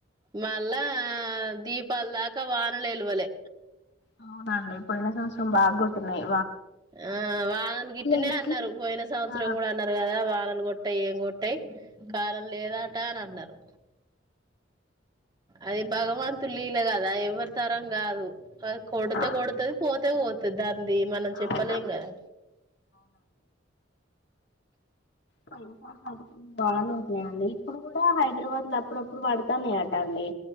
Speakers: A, on the right; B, on the left.
A: మళ్ళా. ఆహ్ దీపాలుదాకా వానలే ఎలువలే.
B: అహ్ మళ్ళీ పోయిన సంవత్సరం బాగా కొడుతున్నాయి.
A: ఆహ్ వానలు గిట్టినే
B: గిట్ల
A: అన్నారు పోయిన సంవత్సరం
B: ఆ
A: కూడా అన్నారు కదా వానలు కొట్టు. కొట్టాయి ఏం కొట్టాయి కాలం లేదాట అని అన్నారు. అది భగవంతుని లీల కదా ఎవరి తరం కాదు. కొడుతే
B: ఆ
A: కొడుతది పోతేపోతది. ఉంది మనం చెప్పలేం
B: అవునా
A: కదా.
B: ప బాగానే ఉన్నాయి అండి ఇప్పుడు కూడా హైదరాబాద్ లో అప్పుడప్పుడు పడతానేట. పడ్డాయి